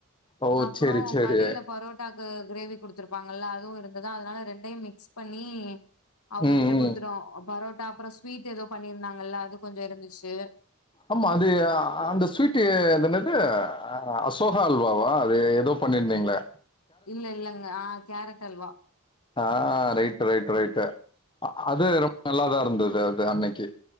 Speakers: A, on the left; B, on the left.
A: ஓ!
B: அப்றோ
A: சரி, சரி.
B: கடைல பரோட்டாக்கு க்ரேவி குடுத்துருப்பாங்கல்ல அதுவு இருந்ததா அதனால ரெண்டையும் மிக்ஸ் பண்ணி அவங்ககிட்ட
A: ம், ம்.
B: கொடுத்துட்டோ பரோட்டா அப்புறோ ஸ்வீட் ஏதோ பண்ணிருந்தாங்கல்ல அது கொஞ்சு இருந்துச்சு
A: ஆமா அது அந்த ஸ்வீட் அது என்னது அசோகா அல்வாவா அது ஏதோ பண்ணிருந்தீங்களே
B: இல்ல இல்லங்க ஆ கேரட் அல்வா
A: ஆ ரைட்டு ரைட்டு ரைட்டு அது ரொம்ப நல்லாதா இருந்தது அது அன்னைக்கு